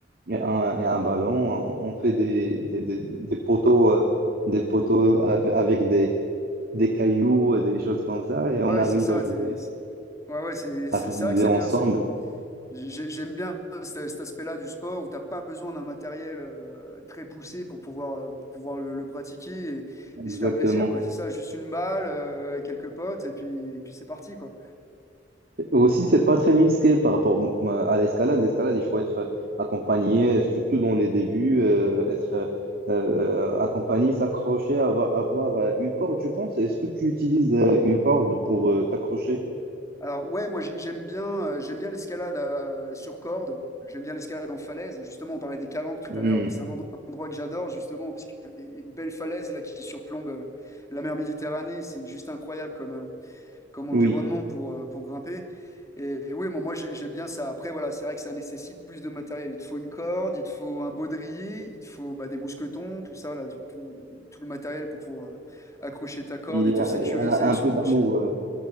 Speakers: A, on the right; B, on the left.
A: et un, et un ballon. On, on fait des, des, des, des poteaux, euh, des poteaux ave- avec des, des cailloux et des choses comme ça et
B: Ouais,
A: on arrive
B: c'est ça.
A: à jouer,
B: c'est- c'est- Ouais, ouais, c'est
A: à
B: c'est-
A: s'amuser
B: c'est vrai que c'est
A: ensemble.
B: bien. C'est, j'ai- j'aime bien cet, cet aspect-là du sport où t'as pas besoin d'un matériel euh, très poussé pour pouvoir, euh, pour pouvoir le, le pratiquer et,
A: Exactement.
B: et se faire plaisir, quoi. C'est ça, juste une balle, euh, quelques potes et puis, et puis c'est parti, quoi.
A: Aussi, c'est pas très risqué par rapport m- à l'escalade. L'escalade, il faut être euh, accompagné, surtout dans les débuts, euh, être euh, euh, accompagné, s'accrocher, avoir, avoir euh, une corde, je pense. Est-ce que tu utilises euh, une corde pour euh, t'accrocher?
B: Alors, ouais, moi j'ai- j'aime bien, euh, j'aime bien l'escalade euh, sur corde. J'aime bien l'escalade en falaise. Justement, on parlait des calanques tout
A: Hmm,
B: à l'heure. mais C'est un endro- endroit que j'adore, justement, parce que t'as des belles falaises là qui surplombent euh, la mer Méditerranée. C'est juste incroyable comme. euh, comme environnement
A: Oui,
B: pour, euh, pour grimper. Et, et oui, moi, moi j'ai- j'aime bien ça. Après, voilà, c'est vrai que ça nécessite plus de matériel. Il te faut une corde, il te faut un baudrier, il te faut bah, des mousquetons, tout ça, là, du- tout, tout le matériel pour pouvoir euh, accrocher ta corde
A: il
B: et
A: y
B: te
A: a
B: sécuriser
A: un, un
B: sur
A: peu
B: le rocher.
A: d'amour. euh,